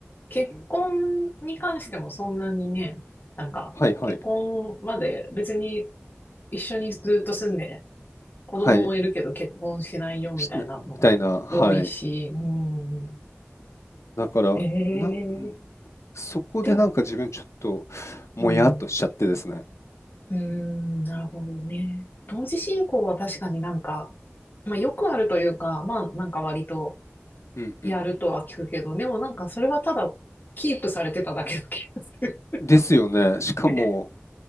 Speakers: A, on the left (about 45°); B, on the left (about 85°).
A: 結婚に関してもそんなにね、なんか、
B: はいはい。
A: 結婚まで別に一緒にずっと住んで、子供もいるけど結婚しないよみたいなのも多いし、
B: はい。しみたいな。はい。
A: うん。
B: だから、
A: ええ
B: なんそこでなんか自分ちょっともやっとしちゃってですね。
A: でも、うん。うーん、なるほどね。同時進行は確かになんか、まあよくあるというか、まあなんか割と
B: うんうん。
A: やるとは聞くけど、でもなんかそれはただキープされてただけの気がする。
B: ですよね。しかも、
A: <laughs> ね。